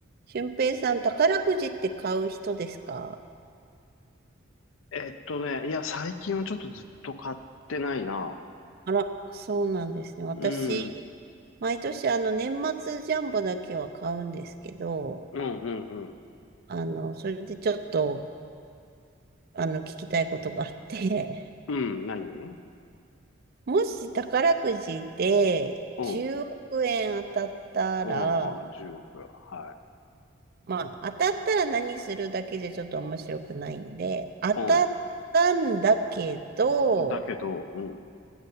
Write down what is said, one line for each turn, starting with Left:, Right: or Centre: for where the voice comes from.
Right: 俊平さん、宝くじって買う人ですか
Left: えっとね、いや、最近はちょっとずっと買ってないな。
Right: あら、そうなんですね。私、
Left: うん、うん、
Right: 毎年あの年末ジャンボだけは買うんですけど、
Left: うん、うん。
Right: あの、それでちょっと、あの、聞きたいことがあって、
Left: うん、何
Right: <laughs> もし宝くじで10億円当たったら、
Left: うん、うんうん、10億。は
Right: まあ、当たったら何するだけじゃちょっと面白くないんで、当たったんだけど、
Left: い。うん。だけど、うん、